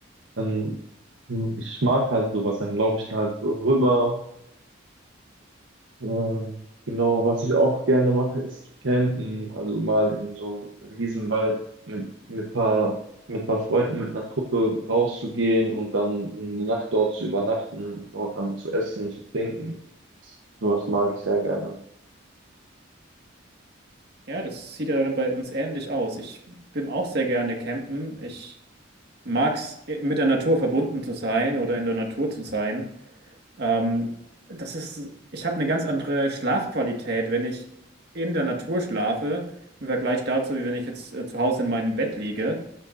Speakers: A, on the right; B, on the right.
A: Dann, hm, ich mag halt sowas, dann laufe ich da halt so rüber ähm, genau, was ich auch gerne mache, ist zu campen. Also mal in so einem Riesenwald mit, mit paar, mit paar Freunden, mit einer Truppe rauszugehen und dann eine Nacht dort zu übernachten und dort dann zu essen, zu trinken. Sowas mag ich sehr gerne.
B: Ja, das sieht ja dann bei uns ähnlich aus. Ich bin auch sehr gerne campen. Ich mag es, äh, mit der Natur verbunden zu sein oder in der Natur zu sein. Ähm, das ist, ich habe eine ganz andere Schlafqualität, wenn ich in der Natur schlafe, im Vergleich dazu, wie wenn ich jetzt äh, zu Hause in meinem Bett liege.